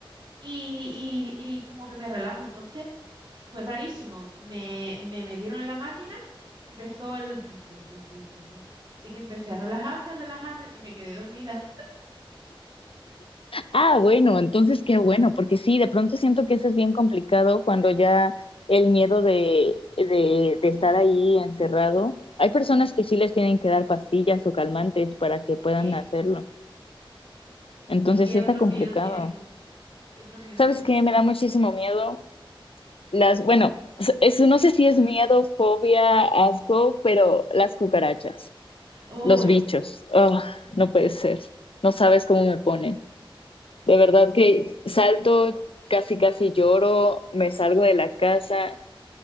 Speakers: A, on the right (about 50°); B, on the left (about 80°).
A: y, y y como que me relajo. Entonces... Fue rarísimo. Me, me metieron en la máquina, empezó el tun, tun, tun, tun, tun, tun. Así que empecé a relajarme, relajarme y me quedé dormida.
B: Ah, bueno, entonces qué bueno, porque sí, de pronto siento que eso es bien complicado cuando ya el miedo de, de, de estar ahí encerrado. Hay personas
A: Mm,
B: que sí les tienen que dar pastillas o calmantes para que puedan
A: sí.
B: hacerlo. Entonces
A: ¿Y qué
B: sí está
A: otro
B: complicado.
A: miedo tienes tú? ¿Qué otro miedo
B: ¿Sabes
A: tienes
B: qué?
A: tú?
B: Me da muchísimo miedo las, bueno, eso no sé si es miedo, fobia, asco, pero las cucarachas,
A: ¡Uy!
B: los bichos. Ugh,
A: Mm,
B: no puede ser. No sabes cómo me ponen. De verdad que salto, casi casi lloro, me salgo de la casa.